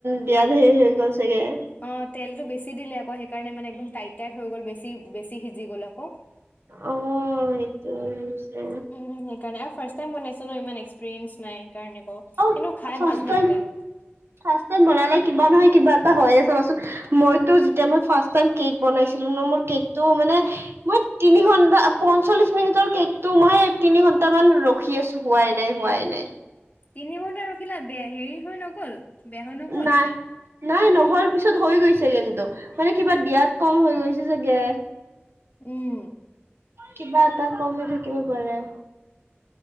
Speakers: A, on the right; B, on the left.
A: দিয়াত হেৰি হৈ গ'ল চাগে।
B: অ তেলতটো বেছি দিলে আকৌ সেইকাৰণে মানে একদম টাইট টাইট হৈ গ'ল বেছি বেছি সিজি গ'ল আকৌ।
A: অ এইটো হৈছে।
B: উম সেইকাৰণে আৰু ফাৰ্ষ্ট টাইম বনাইছো ন ইমান এক্সপিৰিয়েন্ঞ্চ নাই সেইকাৰণে আকৌ।
A: অ
B: কিন্তু খাই
A: ফাৰ্ষ্ট
B: ভাল লাগিলে।
A: টাইম ফাৰ্ষ্ট টাইম বনালে কিবা নহয় কিবা কিবা এটা হয়য়ে চাবাচোন। মইতো যেতিয়া মই ফাৰ্ষ্ট টাইম কেক বনাইছিলো না মোৰ কেক মানে মই তিনি ঘণ্টা পঞ্চল্লিছ পঞ্চল্লিছ মিনিটৰ কেকটো মই তিনি ঘন্ট মান ৰখি আছো হোৱাই নাই হোৱাই নাই।
B: তিনি ঘন্টা ৰখিলা বেয়া হেৰি হৈ নগ'ল বেয়া হৈ নগ'ল?
A: নাই নাই নহ'ল পিছত হৈ গৈছে কিন্তু মানে কিবা দিয়াত কম হৈ গৈছে চাগে।
B: উম
A: কিবা এটা কমেই থাকিব পাৰে।